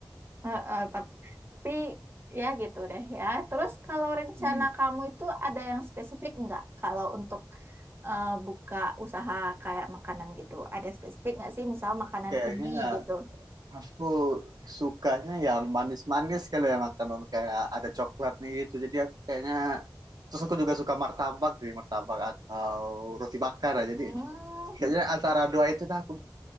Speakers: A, on the right; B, on the right.
A: Heeh, tap- tapi ya gitu deh ya. Terus kalau rencana
B: hmm.
A: kamu itu ada yang spesifik nggak? Kalau untuk eh, buka usaha kayak makanan gitu, ada spesifik nggak sih? Misal makanan
B: kayaknya
A: ini gitu.
B: aku sukanya yang manis-manis kalau ya makanan kayak ada coklatnya gitu jadi aku kayaknya terus aku juga suka martabak sih martabak atau roti bakar ya jadi
A: Hmm.
B: kayaknya antara dua itu dah aku